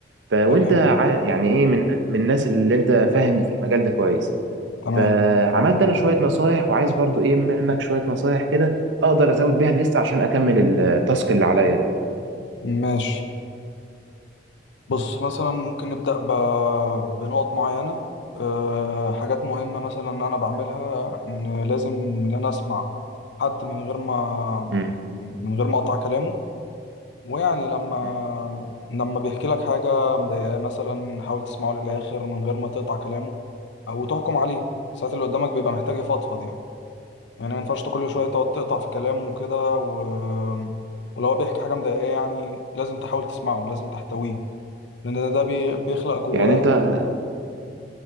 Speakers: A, on the right; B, on the left.
A: فوانت
B: تمام
A: عا- يعني ايه من من الناس اللي انت فاهم في المجال ده كويس
B: تمام
A: فعملت انا شويه نصايح وعايز برضو ايه منك شويه نصايح كده اقدر ازود بيها الليست عشان اكمل التاسك اللي عليا ده
B: ماشي بص مثلا ممكن نبدأ ب... بنقط معينة أه حاجات مهمة مثلا ان انا بعملها ان لازم ان انا اسمع حد من غير ما
A: م-
B: من غير ما اقطع كلامه ويعني لما
A: م-
B: لما بيحكي لك حاجة مضايقاه مثلا حاول تسمعه للآخر من غير ما تقطع كلامه او تحكم عليه ساعات اللي قدامك بيبقى محتاج يفضفض يعني يعني ما ينفعش كل شوية تقعد تقطع في كلامه وكده و... ولو هو بيحكي حاجة مضايقاه يعني لازم تحاول تسمعه لازم تحتويه
A: م-
B: لأن ده ده بي... بيخلق جواه
A: يعني انت